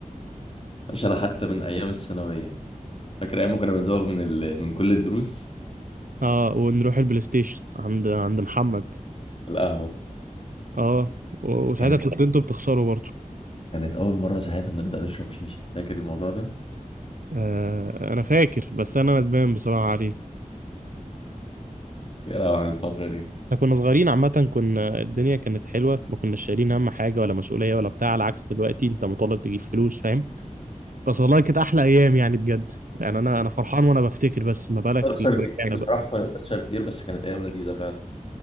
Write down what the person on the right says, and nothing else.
اه ونروح البلاي ستيشن عند عند محمد
اه و- وساعتها
كنت انتوا بتخسروا برضه
آه انا فاكر بس انا ندمان بصراحة عليه.
احنا كنا صغيرين عامة كنا الدنيا كانت حلوة ما كناش شايلين هم حاجة ولا مسؤولية ولا بتاع على عكس دلوقتي انت مطالب تجيب فلوس فاهم بس والله كانت احلى ايام يعني بجد يعني انا انا فرحان وانا بفتكر بس ما بالك
لما
رجعنا
بقى